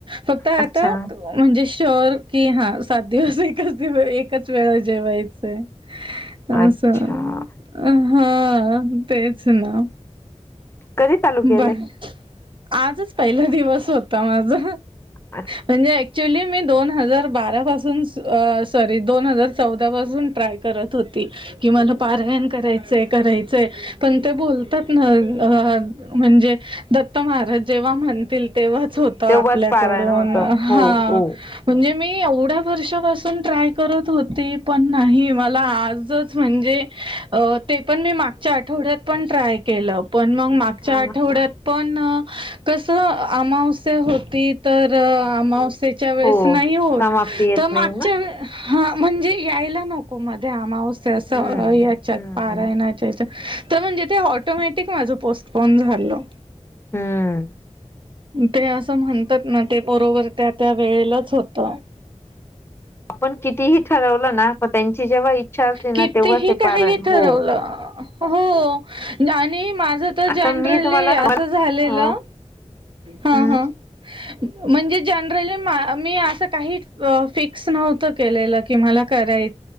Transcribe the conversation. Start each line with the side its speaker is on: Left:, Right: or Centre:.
Right: फक्त आता
Left: अच्छा
Right: म्हणजे श्युअर की हा सात दिवस एकच दिवस एकच वेळा जेवायचंय. असं
Left: अच्छा
Right: हा तेच ना
Left: कधी चालू
Right: मं
Left: केलंय
Right: काय आजच पहिला दिवस होता माझा
Left: आ
Right: म्हणजे ऍक्चुली मी दोन हजार बारापासून सू अ सॉरी दोन हजार चौदा पासून ट्राय करत होती. की मला पारायण करायचंय करायचंय पण ते बोलतात ना ह ह ह म्हणजे दत्त महाराज जेव्हा म्हणतील तेव्हाच होतं
Left: तेव्हाच
Right: आपल्याकडून
Left: पारायण होत हो
Right: हा
Left: हो
Right: म्हणजे मी एवढ्या वर्षापासून ट्राय करत होती पण नाही मला आजच म्हणजे ते पण मी मागच्या आठवडत पण ट्राय केलं पण म मागच्या
Left: हा
Right: आठवड्यात
Left: हा.
Right: पण कस अमावस्या होती तर सेच्या वेळेस
Left: हो
Right: नाही होत
Left: समाप्ती येत
Right: तर मागच्या
Left: नाही ना
Right: व हा म्हणजे यायला नको मध्ये अमावस्या अस
Left: हम्म
Right: याच्यात
Left: हम्म
Right: पारायना अचचछा तर म्हणजे ते ऑटोमॅटिक माझं पोस्टपोन झालं.
Left: हम्म
Right: ते असं म्हणतात ना ते बरोबर त्या त्या वेळेलाच होत.
Left: आपण कितीही ठरवलं ना पण त्यांची जेव्हा इच्छा असली ना
Right: कितीही
Left: तेव्हाच ते
Right: काही
Left: पारायण हो
Right: ठरवलं हो आणि माझ. तर
Left: आता
Right: जनरली
Left: मी तुम्हाला
Right: असं
Left: ह
Right: झालेलं ह
Left: हम्म
Right: ह. म्हणजे जनरली मी अस काही फिक्स नव्हत के की मला करायचं.